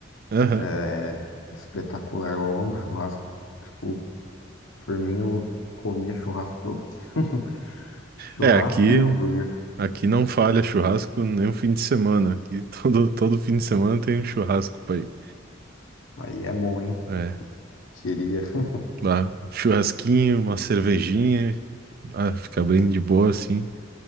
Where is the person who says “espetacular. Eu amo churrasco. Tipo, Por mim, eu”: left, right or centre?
Left